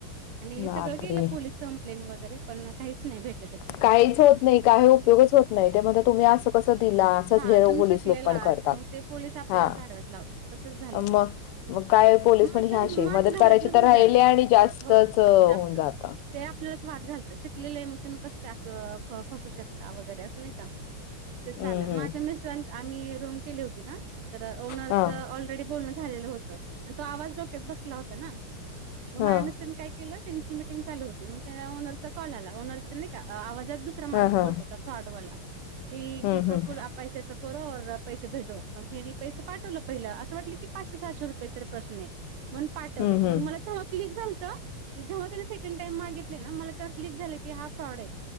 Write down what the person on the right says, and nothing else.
आणि
सगळं केलं पोलीस कंप्लेन वगैरे पण काहीच नाही भेट
हा
तुम्ही
शिकलेला
आहात
मग ते पोलीस आपल्यालाच
आडव्यात लावतात तसंच झालं तिचं.
माझ
माझ
घरातलंच
उदाहरण
हो हो
जास्त
ते आपल्यालाच वाद घालतात, शिकलेले ए मग तुम्ही कसं काय असं फसू शकता वगैरे असं नाही का, ते
चालेल
मग मिस्टरच, आम्ही रूम केली होती ना तर ओनरच
ऑलरेडी बोलणं झालेलं होतं आणि तो आवाज डोक्यात बसला होता ना. मग
माय मिस्टरानी काय केलं त्यांची मीटिंग चालू होती, मग त्या ओनरचा कॉल आला, ऑनरची नाही का आवाजात दुसरा माणूस
बोलत होता, फ्रॉड वाला की
प्रफुल्ल
आप ऐसे ऐसे करो और पैसे भेजो, मग हेनी पैसे पाठवलं पहिलं, असं वाटलं की पाचशे सहाशे रु पये तर प्रश्न ए मण पाठवलंय,
मग
मला तेव्हा क्लिक झालत, जेव्हा त्यानं सेकंड टाइम मागितले ना मला तेव्हा क्लिक झालं की हा फ्रॉड ए,